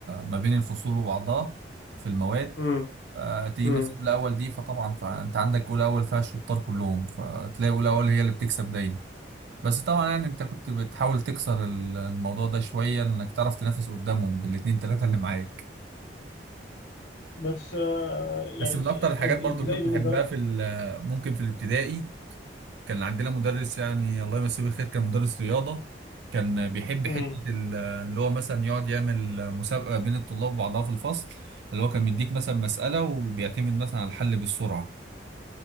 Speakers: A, on the right; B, on the left.
A: ما بين الفصول وبعضها في المواد
B: امم
A: آه، تيجي
B: امم
A: مثلا اولى اول دي فطبعا فانت عندك اولى اول فيها الشطار كلهم فتلاقي اولى اول هي اللي بتكسب دايما بس طبعا يعني انت كنت بتحاول تكسر ال- الموضوع ده شويه انك تعرف تنافس قدامهم بالاتنين تلاته اللي معاك
B: بس آه،
A: بس
B: يعني
A: من اكتر الحاجات
B: آه، الابتدائي
A: برضو اللي كنت
B: بالنسبه
A: بحبها
B: لك
A: في ال- ممكن في الابتدائي كان عندنا مدرس يعني الله يمسيه بالخير كان مدرس رياضة كان بيحب
B: امم
A: مم. حتة ال- اللي هو مثلا يقعد يعمل مسابقة بين الطلاب وبعضها في الفصل اللي هو كان بيديك مثلا مسألة وبيعتمد مثلا على الحل بالسرعة